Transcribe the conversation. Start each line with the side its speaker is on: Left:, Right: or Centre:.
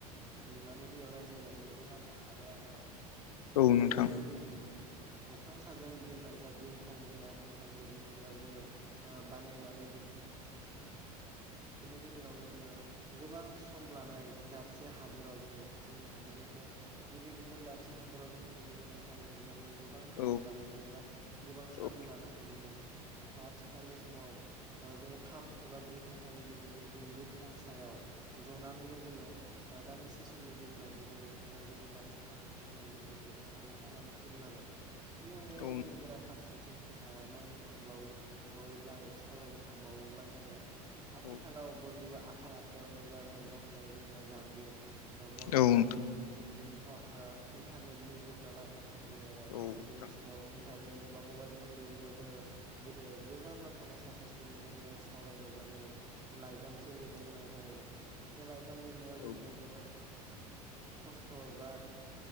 Right: लुनानै बयाव रायजो जानायबो जानो हाबाय आरो ना बिनि
Left: औ नोंथां
Right: अनगायैबो जोङो अख्रां साजों बिरनाय जा बिरखं जोङो आथिखालनि मुगायाव जोङो बानायनानै हानि गेजेरावनो जोङो गोबां सम लानाय से हादोराव जोङो जोंनि हादोरनिफ्राय जुदि गुबुन दाबसे हादोराव जों थांनो गोनां जायोमोनब्ला जोङो गोबां सम
Left: औ
Right: लायोमोन एबा गोबां सानबो
Left: औ
Right: लानो हागौमोन नाथाय आथिखालनि समाव जोङो थाम एबा ब्रै घन्टानि गेजेरजों जोङो बिरखं सायाव जनानैनो जोङो दान्दिसे समनि गेजेरावनो जोङो गुबुन दाबसे हादोरसिम जोङो दिनै मोनहैनो हानाय जानानै फैदों बिनि अनगायैबो
Left: औ
Right: जोङो बेराफारसेथिं नायनो थांबावोब्ला एबा सावरायनो थांबावोब्ला जोंनिया आथिखालाव
Left: औ
Right: बयनिबो आ आखाइ आखयावनो जा मोननो हानाय जोंनिया जामबुं मबाइल
Left: औ नोंथां
Right: दिनैथ' इन्टारनेटनि जुग नालाय जोङो
Left: औ
Right: गोदोनि
Left: नोंथां
Right: समाव इन्टारनेट मबाइल फन गैयियाव जों‌ गोजानाव थानाय सासे सुबुंजों जोङो सावरायनोब्ला जोङो लाइजामसो लिरनो गोनां जायोमोन जे लाइजाम जाम लिरनायाव जोंनिया
Left: औ
Right: जोबोर खस्थ' एबा